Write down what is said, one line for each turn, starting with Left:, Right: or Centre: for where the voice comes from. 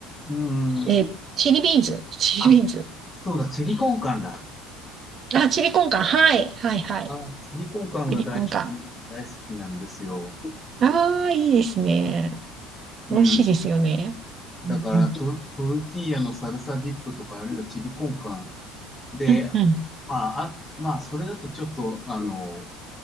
Left: うん。
Right: えーチリビーンズ、チリビーンズ。
Left: あ、そうだ、チリコンカンだ。
Right: あ、チリコンカン。はい、はい、はい。
Left: あ、チリコンカンが大好き、
Right: チリコンカン。
Left: 大好きなんですよ。
Right: ああ、いいですね。美味しいですよね。
Left: うん。だから、
Right: うんうん。
Left: ト、トルティーヤのサルサディップとか、あるいはチリコンカンで、
Right: うんうん。
Left: まあ、あ、まあ、それだとちょっと、あの、